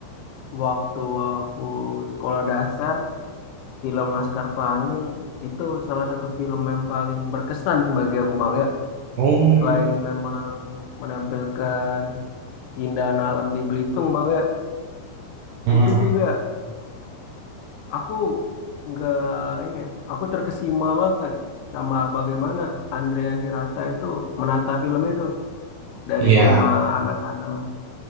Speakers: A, on the left; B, on the right.
A: waktu aku sekolah dasar, film Laskar Pelangi itu salah satu film yang paling berkesan bagi aku Bang ya.
B: mm
A: Selain memang menampilkan keindahan alam di Belitung Bang ya,
B: Hmm,
A: itu juga aku nggak ini ya, aku terkesima banget sama bagaimana Andrea Hirata itu menata film itu dari
B: Iya,
A: lima anak-anak